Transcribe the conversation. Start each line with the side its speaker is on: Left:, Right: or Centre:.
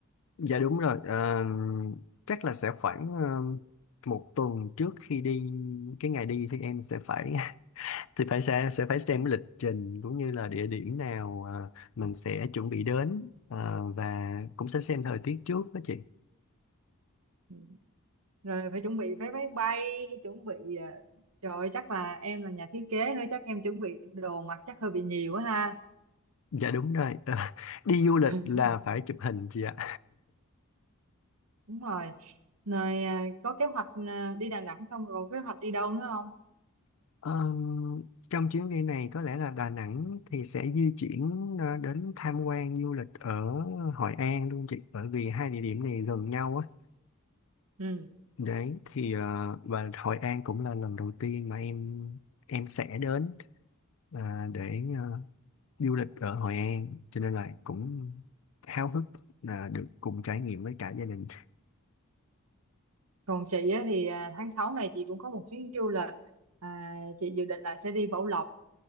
Left: dạ đúng rồi, Ờ, chắc là sẽ khoảng ờ, một tuần trước khi đi cái ngày đi thì em sẽ phải <laughs> thì phải sẽ sẽ phải xem cái lịch trình cũng như là địa điểm nào ờ, mình sẽ chuẩn bị đến Ờ, và cũng sẽ xem thời tiết trước đó chị.
Right: Ừ. Rồi phải chuẩn bị vé máy bay, chuẩn bị à, trời ơi, chắc là em là nhà thiết kế nữa chắc em chuẩn bị đồ mặc chắc hơi bị nhiều quá ha.
Left: Dạ đúng rồi, <laughs> Ờ, đi du lịch
Right: <laughs>
Left: là phải chụp hình chị ạ.
Right: Đúng rồi. Rồi à, có kế hoạch à, đi Đà Nẵng xong rồi còn kế hoạch đi đâu nữa không?
Left: Ờ, trong chuyến đi này có lẽ là Đà Nẵng thì sẽ di chuyển ờ, đến tham quan du lịch ở Hội An luôn chị bởi vì hai địa điểm này gần nhau á
Right: Ừ.
Left: đấy thì ờ, và Hội An cũng là lần đầu tiên mà em em sẽ đến à, để ờ, du lịch ở Hội An cho nên là cũng háo hức là được cùng trải nghiệm với cả gia đình
Right: Còn chị á, thì à, tháng 6 này chị cũng có một chuyến du lịch à, chị dự định là sẽ đi Bảo Lộc